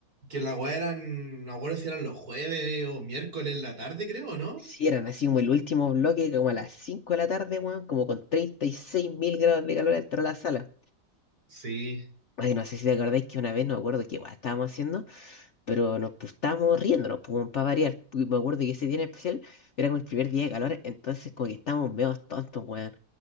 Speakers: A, on the right (about 60°); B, on the left (about 55°).
A: que la weá eran, no me acuerdo si eran los jueves o miércoles en la tarde, creo, ¿no?
B: Sí, eran así como el último bloque, como a las 5 de la tarde, weón, como con treinta y seis mil grados de calor dentro de la sala.
A: Sí.
B: Ay, no sé si te acordáis que una vez, no me acuerdo qué guay estábamos haciendo, pero nos pues, estábamos riéndonos, pues, para variar. Pu- Me acuerdo que ese día en especial era como el primer día de calor, entonces como que estábamos medio tontos, weón.